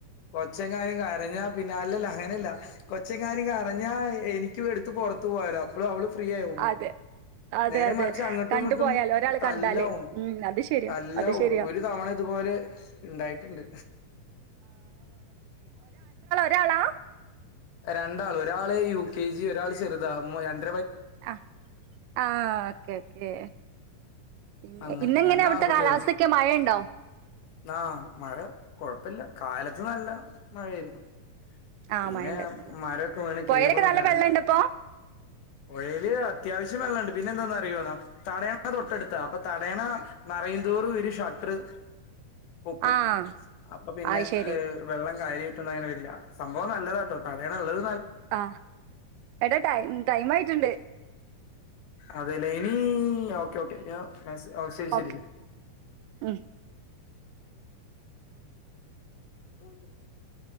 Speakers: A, on the left (about 75°); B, on the right (about 90°).
A: കൊച്ചെങ്ങാനും കാരണം പറഞ്ഞ പിന്നെ അല്ലല്ല അങ്ങനെയല്ല കൊച്ചങ്ങാന കറഞ്ഞ എനിക്ക് എടുത്ത് പുറത്ത് പോവാലോ അപ്പോ അവള് ഫ്രീ ആയി
B: അതെ അതെ
A: നേരെ
B: അതെ
A: മറിച്ച് അങ്ങോട്ടും
B: കണ്ടു
A: ഇങ്ങോട്ടും
B: പോയാലോ ഒരാള്
A: തല്ലാവും
B: കണ്ടാല് ഉം അത് ശരിയാ
A: തല്ലാവും
B: അത് ശരിയാ
A: ഒരു പോണത് ഇതുപോലെ ഉണ്ടായിട്ടുണ്ട്
B: എന്ത്രയള
A: രണ്ടാൾ ഒരാള് യു കെ ജി ഒരാൾ ചെറുത ര
B: ആഹ് ആഹ ഓക്കെ ഓക്കേ പിന്നെ
A: അങ്ങനെ
B: ഇന്നെങ്ങനെ
A: രണ്ട്
B: അവിടുത്തെ
A: ആൺകുട്ടികളാ
B: കാലാവസ്ഥക്കെ മഴയുണ്ടോ
A: ആ മഴ കൊഴപ്പില്ല കാലത്ത് നല്ല മഴായിരുന്നു
B: ആഹ്
A: പിന്നെ
B: മഴ ഉണ്ടായിരുന്നല്ലേ
A: മരമൊക്കെ വീണ്
B: പുഴയിലൊക്കെ
A: കേബിളും
B: നല്ല
A: കറണ്ട്
B: വെള്ളമുണ്ടപ്പൊ
A: പൊഴയിൽ അത്യാവശ്യം വെള്ളാണ്ട് പിന്നെന്താന്നറിയോന്ന് തടയ അതൊട്ടടുത്താ അപ്പ താ തടയണ നറയന്തോറു ഇവരു ഷട്ടറു പൊക്കും,
B: ആഹ്
A: അപ്പൊ പിന്നെ
B: അത് ശരി
A: വെള്ളം കാര്യായിട്ടൊന്നും അങ്ങനെവരില്ല. സംഭവം നല്ലതാട്ടോ തടയണള്ളത്.
B: ആ എട ടൈം ടൈമായിട്ടുണ്ട്.
A: അതെല്ലേ ഇനീ ഓക്കെ ഓക്കെ ഞാ ഓ ശരി ശരി
B: ഓക്കെ
A: ശരി.
B: ഉം
A: <inaudible>